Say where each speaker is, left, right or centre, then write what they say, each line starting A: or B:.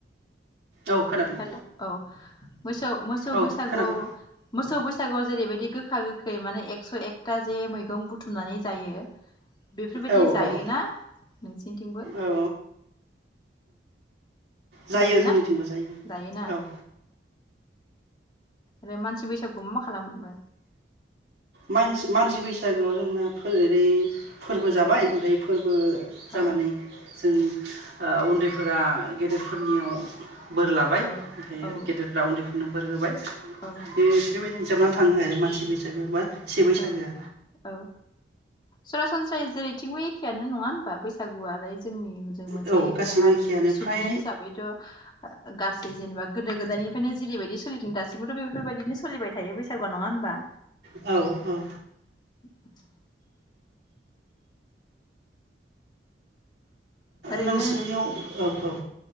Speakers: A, on the right; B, on the left.
A: औ खोनादों
B: हेलौ औ। मोसौ मोसौ
A: औ
B: बैसागु
A: खोनादों
B: मोसौ बैस बैसागुआव जेरैबायदि गोखा गोखै माने एकस' एकथा जे मैगं बुथुमनानै जायो। बेफोरबायदि
A: औ
B: जायोना?
A: औ
B: नोंसिनिथिंबो।
A: औ जायो
B: जायोना
A: जोंनिथिंबो जायो
B: जायोना
A: औ।
B: आरो मानसि बैसागुयाव मा मा खालामो?
A: मानसि मानसि बैसागोआव जोंना फोरै फोरबो जाबाय ओमफ्राय फोरबो जानानै।
B: औ
A: जों ओ उन्दैफोरा गेदेरफोरनियाव। बोर लाबाय ओमफ्राय
B: औ औ
A: गेदेरफ्रा उन्दैफोरनो बोर होबाय
B: औ
A: बे बेबायदिनो। जोबनानै थाङो ओरै मानसि बै जोबोबा। बे बैसागोआ।
B: औ औ सरासनस्रायै जेरैथिंबो एखेआनो नङा होनबा बैसागुआ लाय जोंनि जों मोनसे
A: औ
B: एखे
A: गासैबो
B: हारिनिनो
A: एखेयानो
B: सुबुं
A: फ्राय
B: हिसाबैथ'। गासै जेनेबा गोदो गोदायनिफ्रायनो जेरैबायदि सोलिदों दासिमबोथ' बेफोरबायदिनो सोलिबाय थायो बैसागुआ नङा होनबा?
A: औ औ।
B: <inaudible> ओरैनो
A: नोंसोरनियाव औ औ।